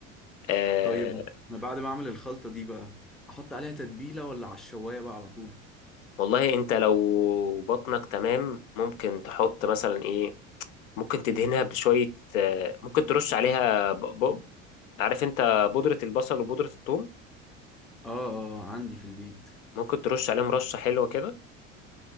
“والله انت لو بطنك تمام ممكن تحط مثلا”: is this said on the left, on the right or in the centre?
Left